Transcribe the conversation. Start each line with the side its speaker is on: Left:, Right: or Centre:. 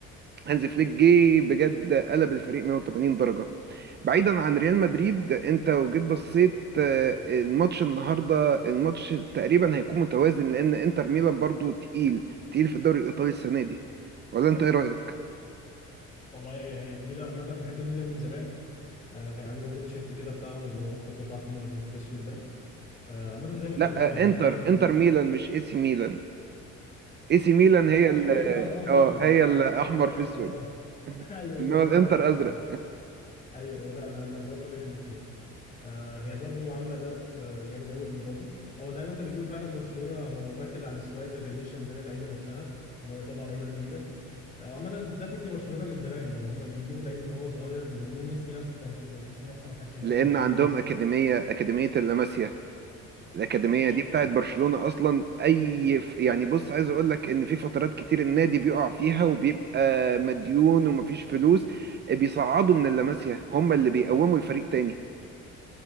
Right: هانز فليك جه بجد قلب الفريق 180 درجة بعيدا عن ريال مدريد انت لو جيت بصيت آه، الماتش النهاردة الماتش تقريبا هيكون متوازن لان انتر ميلان برضو تقيل تقيل في الدوري الايطالي السنة دي ولا انت ايه رأيك؟
Left: والله هي تقيلة عامة أنا بحب الميلان من زمان آه كان عندي برضو تيشيرت كده بتاعهم اللي هو مخطط أحمر في أسود ده آه عامة زي ما أنت
Right: لا
Left: بتقول يعني هو
Right: انتر
Left: فعلا
Right: انتر ميلان مش اي سي ميلان اي سي ميلان هي
Left: اه
Right: ال-
Left: سوري اه اه سوري
Right: اه هي
Left: آه
Right: الاحمر
Left: ال- الشرط
Right: في
Left: اللي
Right: اسود
Left: هو <laughs>
Right: <laughs>
Left: ايوه ايوه
Right: انما
Left: الازرق
Right: الانتر
Left: في اسود
Right: ازرق
Left: ده ايوه ايوه لا انا لخبطت بين الاثنين آه هي برضو عامله ده آه جامد قوي المره دي هو زي ما انت بتقول فعلا برشلونه هو مركز على السكواد الريليشن بين اللعيبه نفسها ان هو يطلع لعيبه كبيره آه، عامه ده فكر برشلونه من زمان يعني هم بيجيبوا لعيب من هو صغير بينموه ميسي نفسه كان كده ميسي نفسه ما كانش جاي
Right: لان
Left: برشلونه
Right: عندهم
Left: ميسي
Right: اكاديمية
Left: يعني
Right: اكاديمية اللاماسيا الأكاديمية
Left: بالظبط
Right: دي بتاعت برشلونة أصلا أي ف... يعني بص عايز أقول لك إن في فترات كتير النادي بيقع فيها وبيبقى مديون ومفيش فلوس بيصعدوا من اللاماسيا هم اللي بيقوموا الفريق تاني